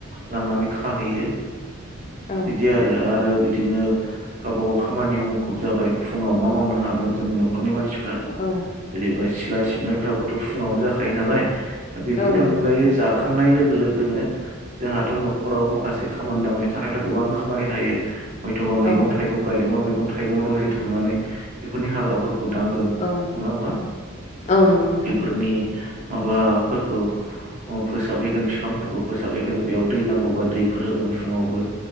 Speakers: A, on the right; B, on the left.
A: लांनानै खाहैयो।
B: औ
A: बिदि आरो आरो बि दिनो गावबा गाव खामानियाव मुखुब जाबाय फुङाव मा मावनो हागोन जोंनि न'ख न'खरनि मानसिफ्रा
B: औ
A: जेनैबा सिला सिबनायफ्राबोथ' फुङावनो जाखायो नालाय दा बेफोरनि
B: औ
A: अनगायै
B: नंगौ नोंथां
A: जाखांनाय लों लोगो लोगोनो जोंहाथ' न'खराव माखासे खामानि दामानि थानायफोरा गोबां खामानि थायो। हयथ'बा मैगं
B: औ
A: थाइगं गायदोंबा मैगं थाइगंआव दसे थांनानै बेफोरनि हाग्राफोर दांगोन नङा
B: औ
A: होमबा
B: औ नंगौ‌ नोंथां
A: बेफोरनि
B: नंगौ।
A: माबाफोरखौ अ फोसाबहैगोन बिफांफोरखौ फोसाबहैगोन बेयाव दै नांगौबा दैफोर होगोन फुङावबो।